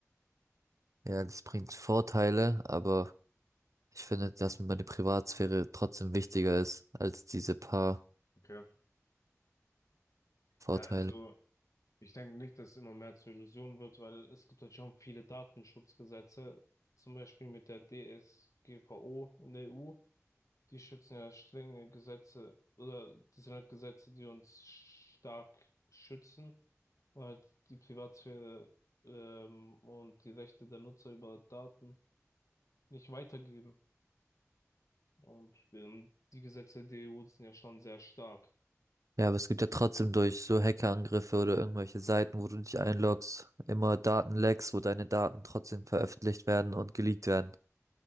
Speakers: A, on the right; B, on the left.
A: Ja, das bringt Vorteile, aber ich finde, dass mir meine Privatsphäre trotzdem wichtiger ist als diese paar
B: Okay.
A: Vorteile.
B: Ja, also ich denke nicht, dass es immer mehr zur Illusion wird, weil es gibt halt schon viele Datenschutzgesetze, zum Beispiel mit der DSGVO in der EU. Die schützen ja strenge Gesetze oder das sind halt Gesetze, die uns stark schützen und halt die Privatsphäre ähm, und die Rechte der Nutzer über Daten nicht weitergeben. Und ähm, die Gesetze der EU sind ja schon sehr stark.
A: Ja, aber es gibt ja trotzdem durch so Hackerangriffe oder irgendwelche Seiten, wo du dich einloggst, immer Datenlecks, wo deine Daten trotzdem veröffentlicht werden und geleakt werden.